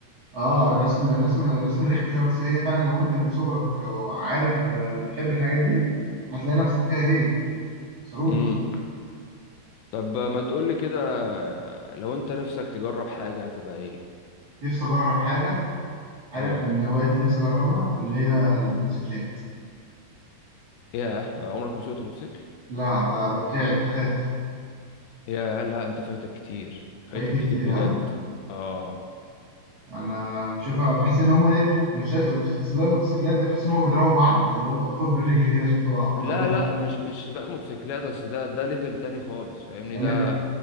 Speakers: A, on the right; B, on the left.
A: اه الرسم الرسم الرسم رخم شويه بس هي فعلا لو انت من صغرك آه، عارف آه، بتحب الحاجات دي هتلاقي نفسك فيها ايه صاروخ
B: امم طب ما تقولي كده لو انت نفسك تجرب حاجة هتبقى ايه
A: نفسي اجرب حاجه عارف
B: اه
A: من الهوايات اللي نفسي أجربها اللي هي الموتوسيكلات
B: ياه ما عمرك ما سوقت موتوسيكل
A: لا ب- بترعب بخاف
B: ياه لا انت فايتك كتير فايتك
A: فايتني
B: كتير
A: كتير
B: بجد
A: ها
B: اه
A: أنا بشوفها بحس إن هما إيه اللي في ساعات في سباق الموتوسيكلات ده بحس إن هما بيضربوا بعض اللي هو خد بالرجل كده عشان تقع وبتاع
B: لا
A: ولا
B: لا
A: إيه؟
B: مش مش سباق موتوسيكلات اصل ده ده ليفل تاني خالص فاهمني
A: ده
B: ده
A: ليه؟